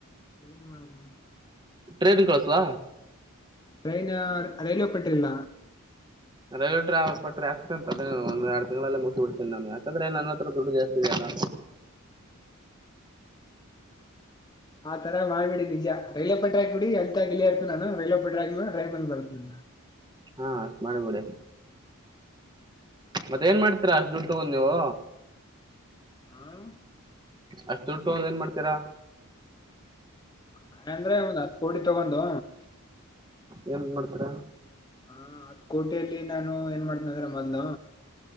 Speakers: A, on the left; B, on the right.
A: ಏನು ಮಾಡಕಣ
B: ್ರೇನ್ ಕ್ಳಸ್ಲ
A: ಟ್ರೈನ್ ರೈಲ್ವೆ ಪಟ್ಟ್ರಿಲ್ಲ
B: ರೈಲ್ ಟ್ರ ಪಟ್ಟ್ರ ಆಕ್ಸೆ ಅ ಒಂದ ಎರ ತಿಂಲ್ಲ ಮುಗಬ ಬಿಡ್ತೇನೆ ನು ಯಾಕಂದ್ರೆ ನನ್ನ ಹತ್ರ ದುಡ್ಡು ಜಾಸ್ತಿಿದೆ ಹಾ
A: ಆ ತರ ಮಾಡ್ಬಿಡಿ ನಿಜ ರೈಲ್ವೆ ಪಟ್ರಾಕ್ ಬಿಡಿ ಎಲ್ತ ಗಿಿಯೇರ್ತ ನಾನು ರೈಲ್ವೆ ಪಟ್ರಾಕ್ ರೈಲ್ ಬತ ಹ್ಮ
B: ಹಾ ಮಾಡಿ ಮಾಡ ಮತ್ತ ಏನ್ ಮಾಡ್ತೀರಾ ಅಷ್ಟ ದುಡ್ ತಗೊಂಡ್ ನೀವು
A: ಹ
B: ಅಷ್ಟ ಟ್ಟು ಒಂದ ಏನ್ ಮಾಡ್ತಾರ
A: ಹಾಗ ಅಂದ್ರೆ ಒಂದ್ ಹತ್ತು ಕೋಟಿ ತಗೊಂಡು
B: ಏನ್ ಮಾಡ್ತರ
A: ಹ ಅತ್ ಕೋಟಲ್ಲಿ ನಾನು ಏನ್ ಮಾಡ್ತನ ಅಂದ್ರ ಮದ